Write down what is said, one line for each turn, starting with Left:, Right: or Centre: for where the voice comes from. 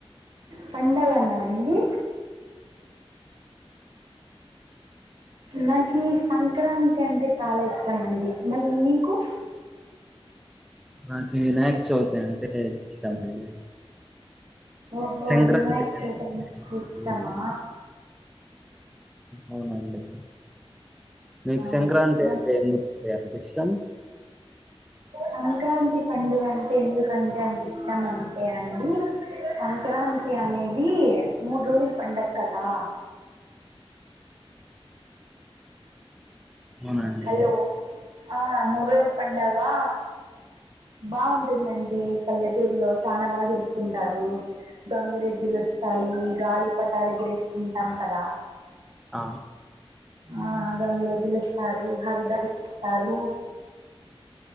Right: పండగనా అండి నాకి సంక్రాంతి అంటే చాలా ఇష్టం అండి మళ్ళీ మీకు
Centre: నాకి వినాయక చవితి అంటే ఇష్టం అండి
Right: ఓహో
Centre: సంక్రాంతి
Right: వినాయక్ చొవితి అంటే ఇష్టమా
Centre: అంటే- అవునండి మీకు
Right: అవును
Centre: సంక్రాంతి
Right: నాకు
Centre: అంటే ఎందుకు ఎంత ఇష్టం
Right: సంక్రాంతి పండుగ అంటే ఎందుకంటే అంత ఇష్టం అంటే అండి సంక్రాంతి అనేది మూడు రోజుల పండుగ కదా <inaudible>
Centre: అవునండి
Right: హలో ఆ మూడు రోజుల పండగా బాగుంటుందండి పల్లెటూరులో చనా బాగా జరుపుకుంటారు గంగరెద్దులోస్ స్తాయి గాలి పటాలు ఎగరేసుకుంటాం కదా
Centre: ఆ
Right: ఆ స్తారు హారిదాసు వస్తారు